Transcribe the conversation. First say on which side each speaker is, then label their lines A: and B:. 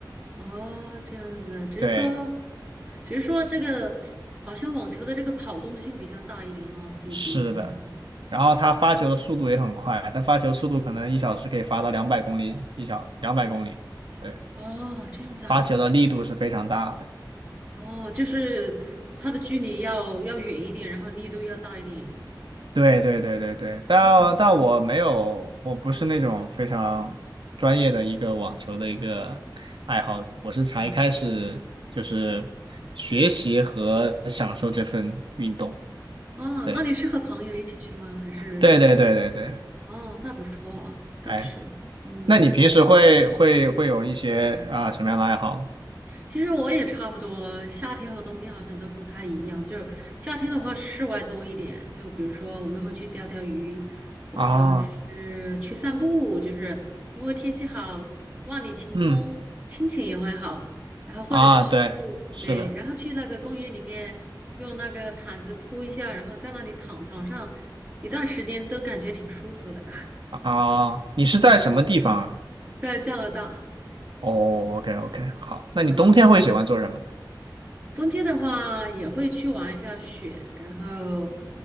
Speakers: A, on the right; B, on the right.
A: 哦，这样子啊，只是说，
B: 对，
A: 只是说这个好像网球的这个跑动性比较大一点哦，比比乒乓球。
B: 是的。然后他发球的速度也很快，他发球速度可能一小时可以发到两百公里一小，两百公里。对。
A: 哦，这样子啊，
B: 发球的力度是非常大的。
A: 哦，就是它的距离要要远一点，然后力度要大一点。
B: 对对对对对，
A: 哦，
B: 但但我没有，我不是那种非常专业的一个网球的一个爱好者，我是才开始就是学习和享受这份运动。
A: 嗯。啊，
B: 对
A: 那你是和朋友一起去吗？还是
B: 对对对对对，
A: 哦，那不错，啊，倒是，
B: 哎，
A: 嗯，
B: 那你平时会会会有一些啊什么样的爱好呢
A: 其实我也差不多，夏天和冬天好像都不太一样。就是夏天的话，室外多一点，就比如说我们会去钓钓鱼，或者是去散步，
B: 啊，
A: 就是因为天气好，万里晴空，
B: 嗯
A: 心情也会好。然后或者是
B: 啊，对，是的
A: 对，然后去那个公园里面，用那个毯子铺一下，然后在那里躺躺上一段时间，都感觉挺舒服的。
B: 啊，你是在什么地方啊？
A: 在加拿大，
B: 哦，OK OK，好，那你冬天会喜欢做什么呢
A: 啊，冬天的话也会去玩一下雪，然后，